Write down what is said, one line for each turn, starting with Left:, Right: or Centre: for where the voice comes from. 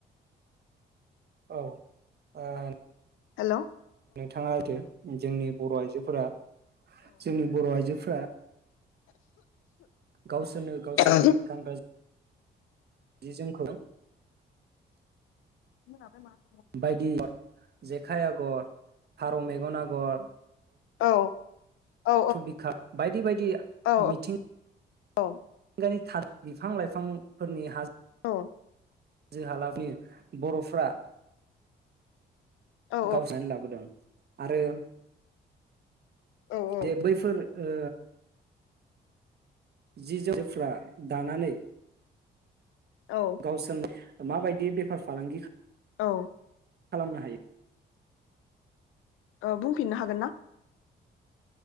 Right: औ ओ।
Left: हेलौ।
Right: नोंथाङा होथो। जोंनि बर आइजोफोरा। जोंनि बर आइजो। फ्रा गावसोरनो गावसोरनि
Left: औ
Right: गानग्रा। जि जोमखौ।
Left: <unintelligible>
Right: बायदि। जेखाइ आगर फारौ मेगन आगर।
Left: औ। औ
Right: थु बिखा बायदि बायदि
Left: औ
Right: मिथिं
Left: औ।
Right: गावनि थार बिफां लाइफांफोरनि हाज
Left: औ।
Right: जो <unintelligible> बरफ्रा।
Left: औ
Right: गावसोनानै लाबोदों। आरो।
Left: औ
Right: जे बैफोर ओ जि जोम जफ्रा दानानै।
Left: औ
Right: गावसोन। माबायदि बेफार फालांगि
Left: औ।
Right: खालामनो हायो।
Left: बुंफिननो हागोनना?